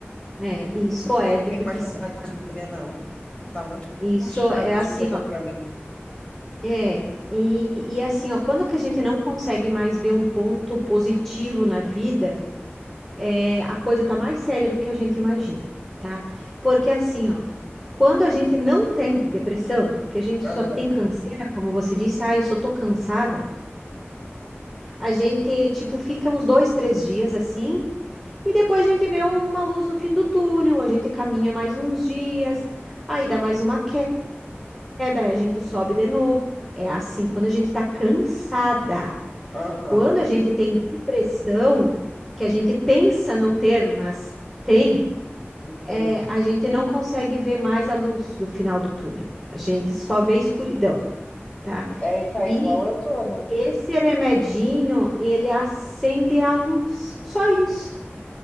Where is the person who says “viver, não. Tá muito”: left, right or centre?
Left